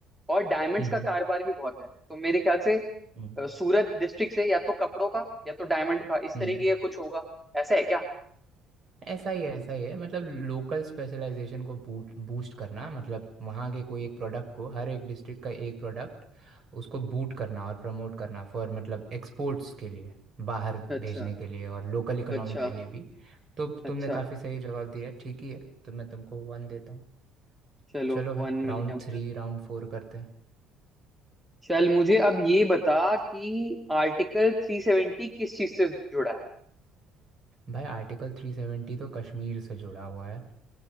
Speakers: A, in the centre; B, on the right.
A: और डायमंड्स
B: हम्म
A: का कारोबार भी बहुत है तो मेरे ख्याल से
B: हम्म
A: अ, सूरत डिस्ट्रिक्ट से या तो कपड़ों का या तो डायमंड का इस
B: हम्म
A: तरीके का कुछ होगा ऐसा है क्या
B: ऐसा ही है ऐसा ही है मतलब लोकल स्पेशलाइजेशन को बूट बूस्ट करना मतलब वहाँ के कोई एक प्रोडक्ट को हर एक डिस्ट्रिक्ट का एक प्रोडक्ट उसको बूट करना और प्रमोट करना फॉर मतलब एक्सपोर्ट्स के लिए बाहर
A: अच्छा
B: भेजने के लिए और लोकल इकोनॉमी
A: अच्छा
B: के लिए भी तो
A: अच्छा
B: तुमने काफ़ी सही जवाब दिया ठीक ही है तो मैं तुमको वन देता हूँ
A: चलो
B: चलो
A: वन
B: भाई राउंड
A: मिल गया मुझे
B: थ्री राउंड फोर करते हैं
A: चल मुझे अब ये बता कि आर्टिकल 370 किस चीज से जुड़ा है
B: भाई आर्टिकल थ्री सेवेंटी तो कश्मीर से जुड़ा हुआ है